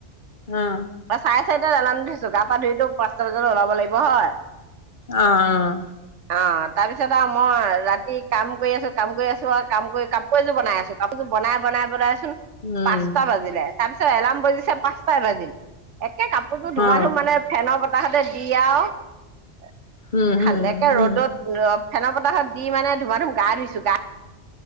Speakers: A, on the left (about 45°); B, on the right (about 85°).
A: অ
B: অ চাৰে চাৰিটাত আলাম উঠিছো গা পা ধুইতো পাঁচটা বজাল ওলাব লাগিব হয়
A: আহ
B: অ তাৰপিছত আৰু মই ৰাতি কাম কৰি আছো কাম কৰি আছো আৰু কাম কৰি কাপোৰ এযোৰ বনাই আছো কাপোৰযোৰ বনাই বনাই বনাইছো।
A: উম
B: পাঁচটা বাজিলে তাৰিছত এলাম বজিছে পাঁচ পাই বাজিল। আ কাপোৰ ধুমা
A: অ
B: ধুম মানে ফেনৰ। তাহতে দিয়া আ
A: উম
B: খালেকে
A: উম
B: ৰ'দত। ফেনৰ বতাহত দি মানে ধুমা ধুম গা ধুইছো গা।